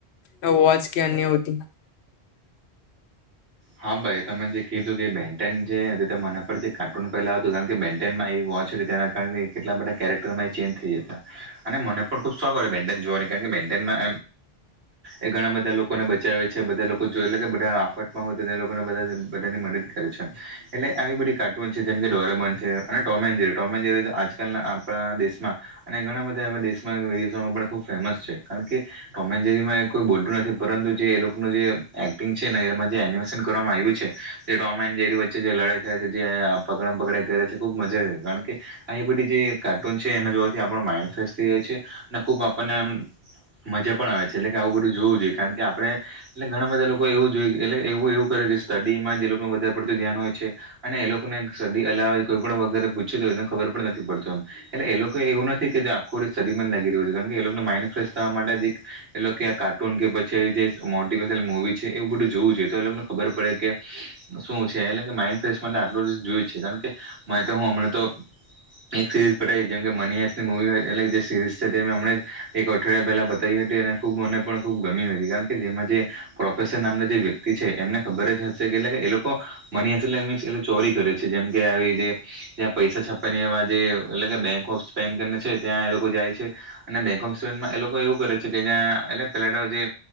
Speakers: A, on the left (about 80°); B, on the right (about 70°).
A: તો વોચ કે અન્ય હોતી
B: હા ભાઈ તમે જે કીધું કે બેન્ટન જેતે મને પર જે કાર્ટૂન પહેલા આવ હતું કારણ કે બેનમાં વોચ રેતના કારણ કે કેટલા બધા કેરેક્ટરમાં એ ચેન્જ થઈ જતા અને મને પણ ખુબ શોખ હો બેનટેન જોવાની કારણ બેનટેન મા એ ઘણા બધા લોકોને બચાવે છે બધા લોકો જોયલે કે બધા આફટ હો તો તે લોકોને બધા બધાને મદદ કરે છે એટલે આવી બધી કાર્ટૂન છે જેમ કે ડોરેમન છે અને ટોમેન જેરી ટોમેન જેરી તો આજકાલના આપણા દેશમાં અને ઘણા બધા એવા દેશમાં વિદેશોમાં પણ ખૂબ ફેમસ છે કારણ કે ટોમે જેરી કોઈ બોલતું નથી પરંતુ જે એ લોકોનું જે એક્ટિંગ છે ને એમાં જે એનિમેશન કરવામાં આવ્યું છે જે ટોમ એન્ડ જેરી વચ્ચે જે લડાઈ થાય છે જે પકડમ પકડાઈ કરે છે ખુબ મજા કારણ કે આ બધી જે કાર્ટૂન છે એના જોવાબ આપણો માઇન્ડ ફ્રેશ થઈ જાય છે અને ખુબ આપણને મજા પણ આવે છે એટલે કે આવું બધું જોવું જોઈએ કારણ કે આપડે એટલે ઘણા બધા લોકો એવું જોઈએ. એટલે એવું એવું કરે છે સ્ટડીમાં જે લોકોનું વધારે પડતું ધ્યાન હોય છે. અને એ લોકોને સદી અલાવા કોઈ પણ વગરે પૂછ્યું તો એને ખબર પણ નથી પડતો. એટલે એ લોકો એવું નથી કે જે આખું સદીમાંંધ લાગી રહ્યું છે કારણ કે એ લોકોને માઇન્ડ ફ્રેશ થવા માટે જે એક એટલે કે કાર્ટૂન કે પછી જે મોટિવેશનલ મુવી છે એવું બધું જોવું જોઈએ તો એ લોકોને ખબર પડે કે શું છે એલે કે માઇન્ડ ફ્રેશ માટે આટલો ર જોઈ જ છે કારણ કે. મ તો હું હમણાં તો. એક સિરીઝ પઠાવ જેમ કે મની હસની મુવીટ એટલે જે સીરીઝ છે તેમ હમણે એક અઠવાડિયા પહેલા બતાવી હતી અને ખૂબ મને પણ ખૂબ ગમી હતી કારણ કે જેમાં જે પ્રોફેસર નામને જે વ્યક્તિ છે એમને ખબર જ હશે કે એટલે કે એ લોકો મની અસ અમે એટલે ચોરી કરે છે જેમ કે આવી જે ત્યાં પૈસા છાપણીયા માં જે એ કે બેંક ઓફ સ્ને ત્યાં એ લોકો જાય છે અને બે એ લોકો એવું કરે છે કે જ્યાં એટલે પેલા તે જે